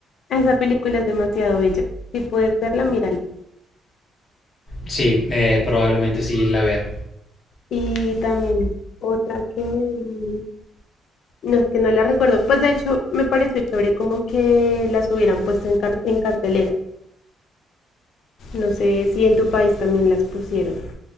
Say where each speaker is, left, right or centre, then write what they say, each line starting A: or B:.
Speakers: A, on the left (about 65°); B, on the left (about 40°).
A: Ah, Esa película es demasiado bella. Si puedes verla, mírala.
B: Sí, eh, probablemente sí la vea.
A: Y también otra que me... No, es que no la recuerdo. Pues de hecho, me pareció chévere como que las hubieran puesto en, car- en cartelera. No sé si en tu país también las pusieron.